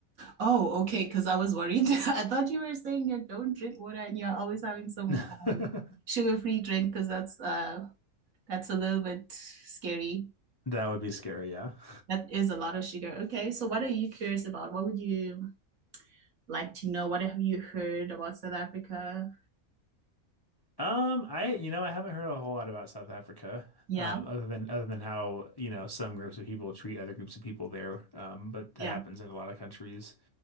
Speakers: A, on the right; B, on the left.
A: Oh, okay, because I was worried. <laughs> I thought you were saying you don't drink water and you're always having
B: <laughs>
A: some
B: that
A: um sugar-free drink because that's uh that's a little bit scary.
B: would be scary. Yeah. <laughs>
A: That is a lot of sugar. Okay, so what are you curious about? What would you like to know? What have you heard about South Africa?
B: Um, I, you know, I haven't heard a whole lot about South Africa,
A: Yeah,
B: um, other than other than how, you know, some groups of people treat other groups of people there. Um, but that
A: yeah.
B: happens in a lot of countries.